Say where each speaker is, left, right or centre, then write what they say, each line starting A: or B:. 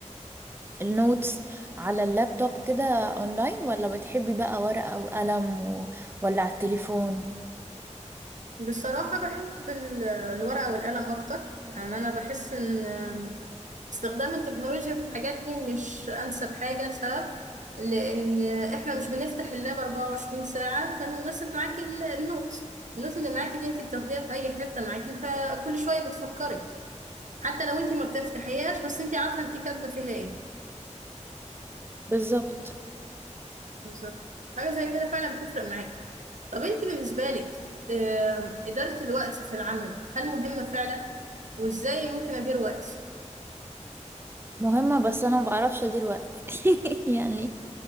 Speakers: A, on the right; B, on the right.
A: النوتس على اللابتوب كده اونلاين ولا بتحبي بقى ورقة وقلم و... ولا على التليفون
B: بصراحة بحب ال- الورقة والقلم أكتر يعني أنا بحس إن استخدام التكنولوجيا في الحاجات دي مش أنسب حاجة لسبب لأن إحنا مش بنفتح اللاب 24 ساعة فالمناسب معاكي ال- النوت النوت اللي معاكي دي أنت بتاخديها في أي حتة معاكي فكل شوية بتفكرك حتى لو أنت ما بتفتحيهاش بس أنت عارفة أنت كاتبة فيها إيه
A: بالظبط
B: بالظبط حاجة زي كده فعلا بتفرق معاكي طب انت بالنسبة لك آه، إدارة الوقت في العمل هل مهمة فعلا؟ وإزاي ممكن أدير وقتي؟
A: مهمة بس انا ما بعرفش ادير وقت <laughs> يعني